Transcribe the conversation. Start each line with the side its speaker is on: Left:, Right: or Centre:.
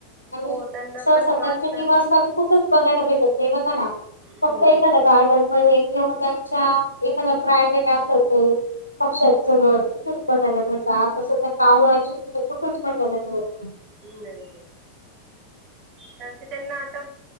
Left: आणि
Right: हो त्यांना
Left: स
Right: पण
Left: सचे
Right: मग आता
Left: निवासस्थान कुठेच बघायला भेट ते बघा ना
Right: हो
Left: फक्त ए ना गार्डन मध्ये किंवा त्यांच्या एखादा प्रायव्हेट असेल ते पक्ष्याचं घर किठेच बघायला मिळत तसं त्या काव चि कुठेच बघायला मिळत
Right: नाही नाही नाही कारण ते त्यांना आता